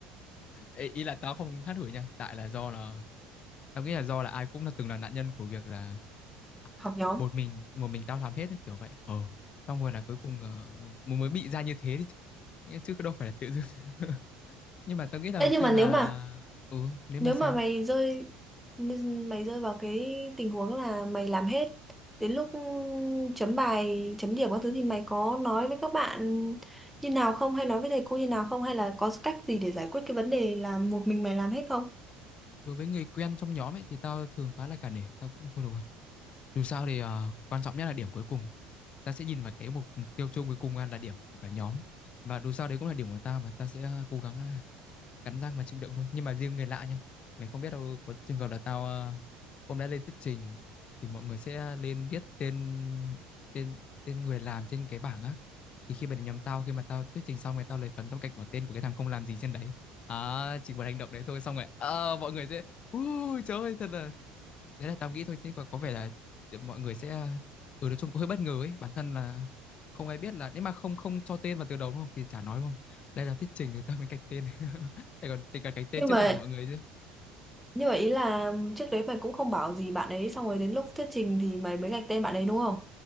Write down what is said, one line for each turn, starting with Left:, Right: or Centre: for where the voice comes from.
Left: Ê, ý là tao không hát hủi nha tại là do là tao nghĩ là do là ai cũng là từng là nạn nhân của việc là à,
Centre: <laughs> học nhóm
Left: một mình một mình tao làm hết ấy, kiểu vậy ờ xong rồi là cuối cùng ờ, mới mới bị ra như thế đi chứ Nghĩa- chứ đâu phải là tự dưng <laughs> nhưng mà tao nghĩ là
Centre: thế nhưng
Left: khi
Centre: mà
Left: mà
Centre: nếu mà
Left: ừ nếu
Centre: nếu
Left: mà sao
Centre: mà mày rơi mày rơi vào cái tình huống là mày làm hết đến lúc chấm bài chấm điểm các thứ thì mày có nói với các bạn như nào không hay nói với thầy cô như nào không hay là có cách gì để giải quyết cái vấn đề là một mình mày làm hết không
Left: đối với người quen trong nhóm ấy thì tao thường khá là cả nể tao cũng thôi được rồi Dù sao thì ờ, quan trọng nhất là điểm cuối cùng. Ta sẽ nhìn vào cái mục mục tiêu chung cuối cùng là điểm của cả nhóm. Và dù sao đấy cũng là điểm của ta mà ta sẽ ờ, cố gắng à, cắn răng mà chịu đựng thôi nhưng mà riêng người lạ nhá mày không biết đâu có trường hợp là tao ờ, hôm đã lên thuyết trình thì mọi người sẽ lên viết tên tên tên người làm trên cái bảng á thì khi mà đến nhóm tao khi mà tao thuyết trình xong rồi tao lấy phấn tao gạch bỏ tên của cái thằng không làm gì trên đấy à chỉ một hành động đấy thôi xong rồi ờ, mọi người sẽ ui trời ơi thật là đấy là tao nghĩ thôi chứ có, có vẻ là mọi người sẽ ừ nói chung cũng hơi bất ngờ ấy bản thân là không ai biết là nếu mà không không cho tên vào từ đầu đúng không thì chả nói đúng không đây là thuyết trình thì tao mới gạch tên <laughs> Để còn tính cả gạch tên
Centre: nhưng
Left: trước
Centre: mà
Left: mặt mọi người chứ.
Centre: nhưng mà ý là trước đấy mày cũng không bảo gì bạn ấy xong rồi đến lúc thuyết trình thì mày mới gạch tên bạn ấy đúng không